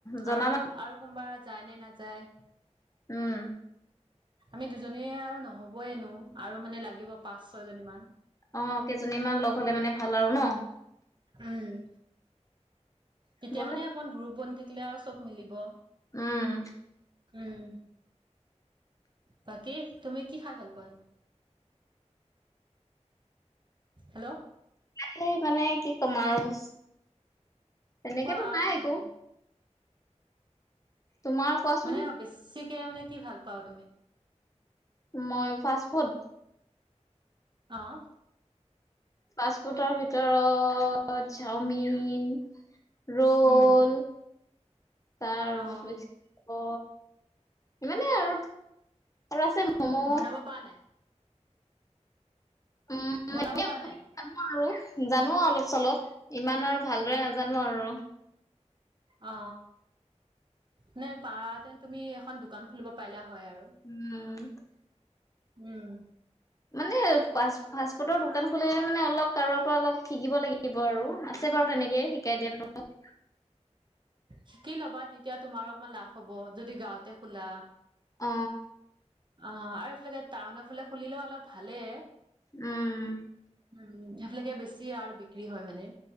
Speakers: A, on the left; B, on the right.
A: জ
B: আৰু
A: মান
B: আৰু কোনোবা যায় নে নাযায়
A: উম।
B: আমি দুজনীয়ে আৰু নহ'বই এনো আৰু মানে লাগিব পাঁচ ছয় জনী মান।
A: অ কেইজনী মান লগ হলে মানে ভাল আৰু ন।
B: উম তেতিয়া
A: ব'লা
B: মানে অকমান গ্ৰুপ বনি থাকিলে আৰু চব মিলিব।
A: উম।
B: উম। বাকী তুমি কি খাই ভাল পোৱা নু। হেল্ল'।
A: তাই মানে কি ক'ম আৰু তেনেকেতো
B: কোৱা
A: নাই একো।
B: মানে
A: তোমাৰ কোৱাচোন
B: মানে বেছিকে মানে কি ভাল পোৱা তুমি।
A: মই ফাষ্ট ফুড।
B: অহ।
A: পাষ্টফুটৰ ভিতৰত চাওমিন। ৰল।
B: উম,
A: তাৰ
B: অ',
A: পিছত ইমানে আৰু। আৰু আছে ম'ম'।
B: বনাব পৰা নাই?
A: উম
B: বনাব
A: জানোঁ
B: পৰা নাই?
A: আৰু জানো অলপ। চলপ ইমান আৰু ভালদৰে নাজানোঁ আৰু।
B: অ নে পাৰতেন তুমি এখন দোকান খুলিব পাৰিলা। হয় আৰু।
A: উম।
B: উম।
A: মানে ফাষ্ট ফাষ্টফুডৰ দোকান খুলিলে মানে অলপ কাৰোবাৰ পৰা অলপ শিকিব লাগিব আৰু আছে বাৰু। তেনেকে শিকাই দিয়া ন।
B: শিকি লবা তেতিয়া তোমাৰো অকমান লাভ হ'ব যদি গাওঁতে খোলা।
A: অ।
B: অ আৰু এইফালে টাউনফালে খুলিলেও অলপ ভালে।
A: উম।
B: উ সেইবিলাকে বেছি আৰু বিক্ৰী হয় মানে।